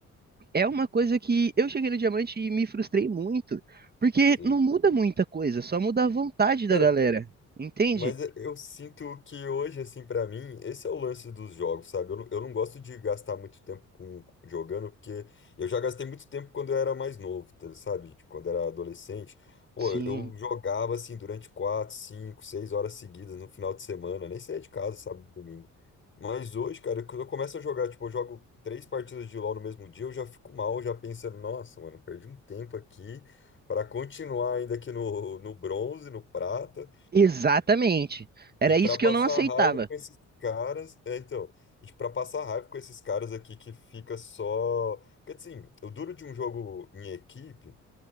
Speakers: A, on the right (about 30°); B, on the left (about 40°).
A: é uma coisa que eu cheguei no diamante e me frustrei muito, porque
B: sim.
A: não muda muita coisa, só muda a vontade
B: Cara.
A: da galera, entende?
B: Mas eu eu sinto que hoje, assim, pra mim, esse é o lance dos jogos, sabe? Eu, não- eu não gosto de gastar muito tempo com, jogando, porque eu já gastei muito tempo quando eu era mais novo, tá- sabe? Tipo, Quando era adolescente. Pô,
A: Sim,
B: eu jogava, assim, durante quatro, cinco, seis horas seguidas no final de semana, nem saía de casa, sabe? No Domingo. Mas hoje, cara, quando eu começo a jogar, tipo, eu jogo três partidas de LoL no mesmo dia, eu já fico mal, já pensando, nossa, mano, perdi um tempo aqui pra continuar ainda aqui no, no bronze, no prata.
A: exatamente, era
B: E para
A: isso que
B: passar
A: eu não aceitava.
B: raiva com esses caras, é, então, e para passar raiva com esses caras aqui que fica só, porque assim, o duro de um jogo em equipe